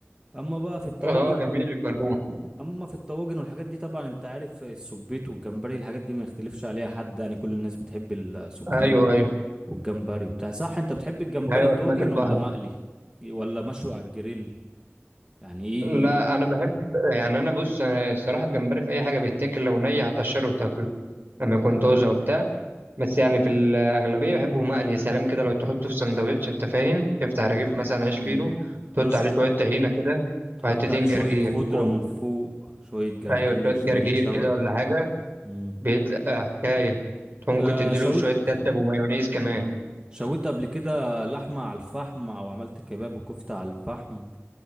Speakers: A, on the right; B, on the right.
A: أما بقى في الطواجن
B: اه جميل البربون
A: أما في الطواجن والحاجات دي طبعا أنت عارف السبيت والجمبري الحاجات دي ما يختلفش عليها حد يعني كل الناس بتحب السبيت
B: ايوه ايوه
A: والجمبري وبتاع صح أنت بتحب الجمبري
B: ايوه
A: طاجن
B: اسماك البحر
A: ولا مقلي ولا مشوي على الجريل يعني ايه
B: لا انا بحب يعني انا بص انا الصراحه الجمبري في اي حاجه بيتاكل لو ني هتقشره وتاكله لما يكون طازه وبتاع بس يعني في الاغلبيه بحبه مقلي يا سلام كده لو تحطه في سندوتش انت فاهم تفتح رغيف مثلا عيش
A: مم.
B: فينو تحط
A: ترش
B: عليه شويه طحينه كده
A: تحط
B: وحتتين
A: عليه شوية
B: جرجير
A: خضرة
B: وكول
A: من فوق شوية جرجير
B: ايوه شويه
A: شوية
B: جرجير
A: شبت
B: كده ولا حاجه
A: مم.
B: بيتلقى حكايه ممكن
A: ب-
B: تديله
A: شويت
B: شويه كاتشب ومايونيز كمان
A: شويت قبل كده لحمة على الفحم أو عملت كباب وكفتة على الفحم